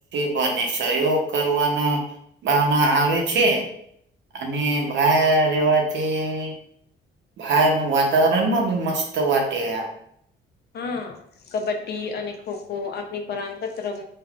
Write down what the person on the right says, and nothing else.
પ અને સહયોગ કરવાના ભાવના આવે છે અને બહ રેવાથી ભાર ન વાતાવરણમાં બી મસ્ત વાટે આ